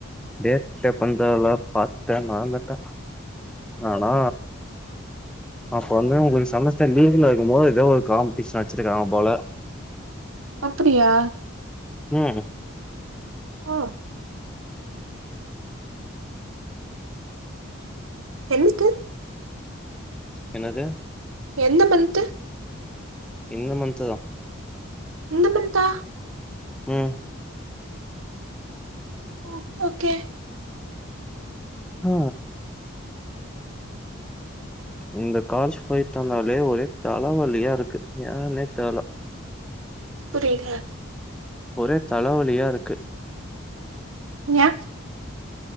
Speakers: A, in the centre; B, on the right.
A: டேட் எப்பந் தெர்ல பாத்தே மறந்துட்டே ஆனா அப்ப வந்து உங்களுக்கு செம்மஸ்டர் லீவ்ல இருக்கும் போது எதோ ஒரு காம்பிடிஷன் வெச்சிருக்காங்க போல
B: அப்படியா
A: ம்
B: ஒ என்து
A: என்னது
B: எந்த மன்த்து
A: இந்த மந்த்து தா
B: இந்த மன்தா
A: ம்
B: ஓ ஓகே
A: அ இந்த கால்ஜ் போயிட்டு வந்தாலே ஒரே தல வலியா இருக்கு ஏனே தெர்ல
B: புரிய்லா
A: ஒரே தல வலியா இருக்கு
B: ஏ